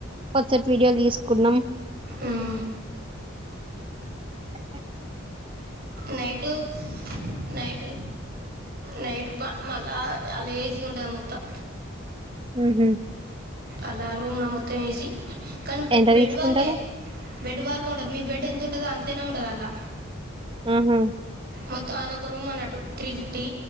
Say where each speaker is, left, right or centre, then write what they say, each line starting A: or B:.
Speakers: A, on the right; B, on the right.
A: కొద్సేపు వీడియోలు తీసుకున్నం
B: మ్మ్ఁ
A: అ
B: నైటు నైటు నైటు ప మళ్ళా ఆ లేజి ఉంటది మొత్తం
A: మ్మ్ హు
B: అలా రూమ్లో మొత్తం ఏసి కానీ బె
A: ఎంత
B: బెడ్
A: తీసుకుంటారు
B: వరకే బెడ్ వరకు ఉంటది మీ బెడ్ ఎం తుంటదో అంతనే ఉంటది అండ్ల
A: మ్మ్ హు
B: మొత్తం అదొక రూమ్ అన్నట్టు త్రీ ఫిఫ్టీ